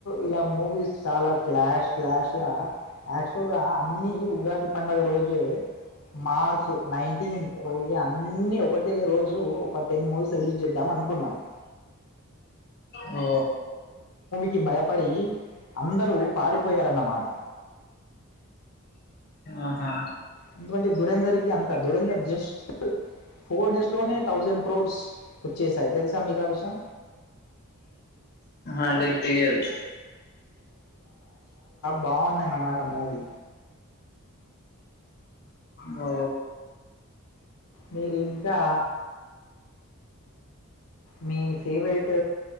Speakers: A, on the left; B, on the left.
A: ఇలా మూవీస్ చాల క్లాష్ క్లాష్ యాక్చువల్ గా అన్ని ఉగాది పండుగ రోజే మార్చ్ నైన్టీన్త్ రోజే అన్ని ఒకటే రోజు ఒక టెన్ మూవీస్ రిలీజ్ చేద్దాం అనుకున్నాడు
B: ఓ
A: కి భయపడి అందరూ పారిపోయారన్నమాట
B: ఆహా
A: ఎందుకంటే దురేంధర్ కి అంతా ురేంధర్ జస్ట్ ఫోర్ డేస్ లోనే థౌజండ్ క్రోడ్స్ వచ్చేసి సయి తెలు సా మీకు ఆ విషయం
B: అ లేదిదు
A: బాగుందన్నమాట మూవిీ
B: ఓ
A: మీరింకా మీ ఫేవరెట్